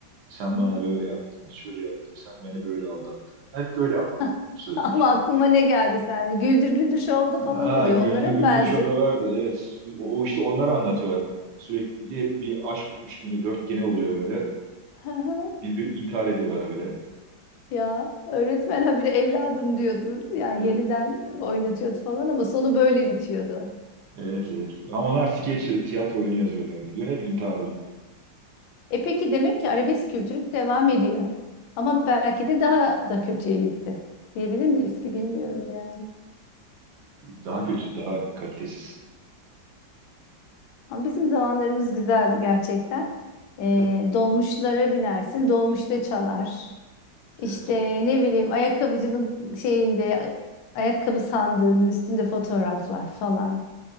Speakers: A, on the right (about 70°); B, on the left (about 85°).
A: Sen
B: Hı.
A: bana böyle yaptın. Şöyle yaptın. Sen beni böyle aldattın. Hep böyle ama
B: Hah.
A: sözler.
B: <laughs> Ama aklıma ne geldi sen? Güldür Güldür Show'da falan
A: Ha,
B: oluyor.
A: Güldür
B: Onlara
A: Güldür
B: mı benziyor?
A: Show'da vardı. Evet. O o işte onları anlatıyorlar. Sürekli bir aşk üçgeni, dörtgeni oluyor böyle.
B: <laughs>
A: Bir, bir intihar ediyorlar habire.
B: Ya öğretmen habire evladım diyordu. Yani
A: Evet.
B: yeniden oynatıyordu falan ama sonu böyle bitiyordu.
A: Evet, evet. Ama onlar skeç tiyatro oyunu yazıyorlar diyor. Hep intiharlı.
B: E peki demek ki arabesk kültürü devam ediyor. Ama belki de daha da kötüye gitti. Diyebilir miyiz ki bilmiyorum yani.
A: Daha kötü, daha kalitesiz.
B: Ama bizim zamanlarımız güzeldi gerçekten. E,
A: Tabii.
B: dolmuşlara binersin, dolmuşta çalar. İşte
A: Evet.
B: ne bileyim ayakkabıcının şeyinde ayakkabı sandığının üstünde fotoğraflar falan.